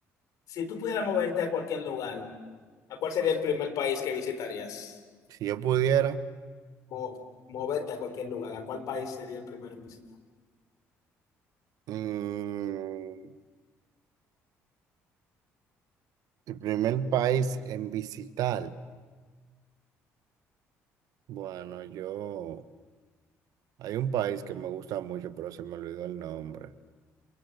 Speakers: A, on the left; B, on the right.
A: Si tú pudieras moverte a cualquier lugar, ¿a cuál sería el primer país que visitarías?
B: Si yo pudiera,
A: O moverte a cualquier lugar, ¿a cuál país sería el primero en visitar?
B: mm, el primer país en visitar, bueno, yo, hay un país que me gusta mucho, pero se me olvidó el nombre.